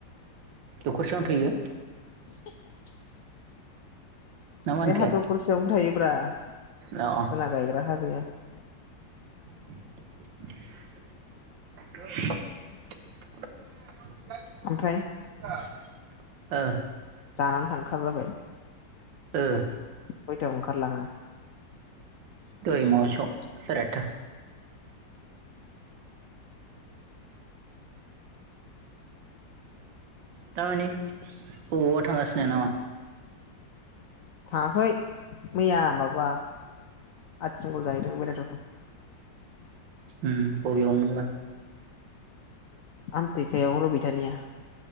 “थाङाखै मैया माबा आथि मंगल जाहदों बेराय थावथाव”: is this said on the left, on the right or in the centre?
Left